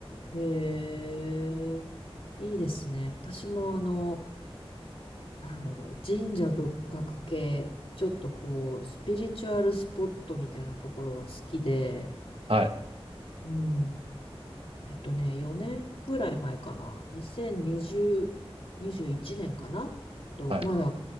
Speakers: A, on the left; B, on the right.
A: へえ。いいですね。私もあの、なんだろう、神社仏閣系、ちょっとこう、スピリチュアルスポットみたいなところは好きで、
B: はい、
A: うん。えっとね、4年ぐらい前かな。2020、21年かな。えっと、
B: はい、
A: まだ、